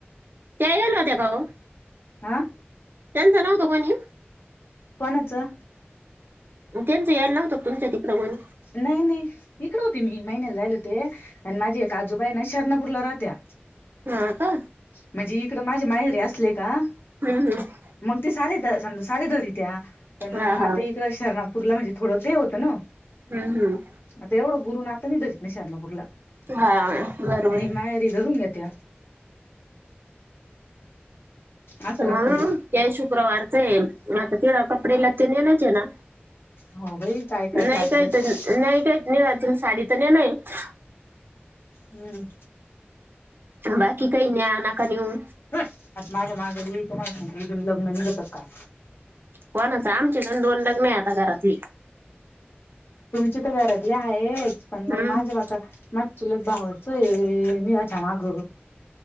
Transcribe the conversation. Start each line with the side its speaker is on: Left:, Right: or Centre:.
Right: त्या याल होत्या काहो
Left: हा
Right: त्यांचं नाव तर कोणी
Left: कोणाचं
Right: त्यांचं यायलावत तुमच्या तिकडं कोणी
Left: नाही नाही इकड होती मी महिन्याला जायला होते आणि, माझी एक आजूबाई आहे ना शरणापुरला राहत्या.
Right: हा का
Left: म्हणजे इकडं माझे मायरीे असले का
Right: हम्म हम्म
Left: मग ते सारे समजा साारले धरीत्या पण
Right: हा
Left: मग आता
Right: हा
Left: इकड शर्णापूरला म्हणजे थोडं ते होतं ना हो
Right: हम् हम्
Left: आता एवढं गुरु नाता नि धरीत नाही शारनापूरला,
Right: हा
Left: त्यांनी
Right: बरोबर आहे
Left: मायारी धरून घ्याेत त्या असं राहतं
Right: म्ह ते शुक्रवारच ए आता तड कपडे लाते ने मी नाहीच ना,,
Left: हो बाई काय काय
Right: नाही
Left: काय ऍडजस्ट
Right: काहीत नाही काही नाही रा साडी तर न्यायचं आहे,,
Left: हम्म
Right: बाकी काही न्या नाका न्यू
Left: आता माझ्या मागली तर माझ सांगून लग्न नाही घेतात काय
Right: कोणाच आमचेच्याण दोन लग्न आहे आता घरातली
Left: तुमची तर घरातली आहेच पण मग
Right: हम्म
Left: माझेवता चुलत भावाचंय आहे याचं माग